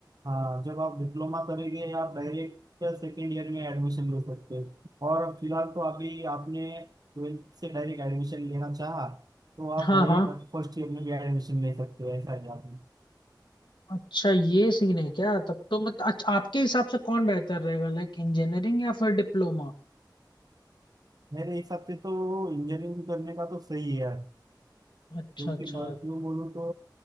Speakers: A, on the right; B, on the left.
A: हाँ जब आप डिप्लोमा करेंगे आप डायरेक्ट सेकेंड ईयर में एडमिशन ले सकते हैं और फिलहाल तो अभी आपने ट्वेल्थ से डायरेक्ट एडमिशन लेना चाहा तो आप
B: हाँ
A: डायरेक्ट
B: हाँ
A: फर्स्ट ईयर में भी एडमिशन ले सकते हो ऐसा है आपने
B: अच्छा ये सीन है क्या तब तो मतलब अच्छा आपके हिसाब से कौन बेहतर रहेगा लाइक इंजीनियरिंग या फिर डिप्लोमा
A: मेरे हिसाब से तो इंजीनियरिंग करने का तो सही है यार
B: अच्छा
A: क्योंकि
B: अच्छा
A: ब- क्यों बोलूँ तो